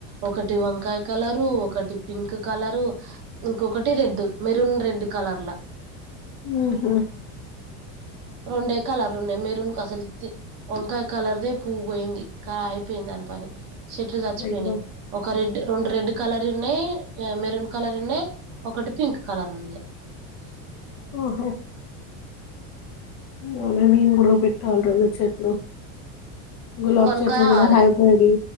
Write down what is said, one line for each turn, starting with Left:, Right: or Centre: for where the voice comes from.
Right: ఒకటి వంకాయ కలరు ఒకటి పింక్ కలరు ఇంకొకటి రెడ్ మెరూన్ రెడ్ కలర్ల
Left: ఊహూ
Right: రెండే కలర్లు ఉన్నాయి మెరూన్ అసలు వంకాయ కలర్ది పువ్వు పోయింది. ఇంకా అయిపోయింది దాని పని చెట్లు చచ్చిపోయినై
Left: అయ్యో
Right: ఒక రెడ్ రెండు రెడ్ కలర్ ఉన్నాయి మెరూన్ కలర్ ఉన్నాయి ఒకటి పింక్ కలర్ ఉంది.
Left: ఓహో <unintelligible> నేను గూడ పెట్టాలి రెండు చెట్లు గులాబ్
Right: కొనుక్కోవాలే
Left: చెట్లు కూడా హైబ్రిడ్ ఇ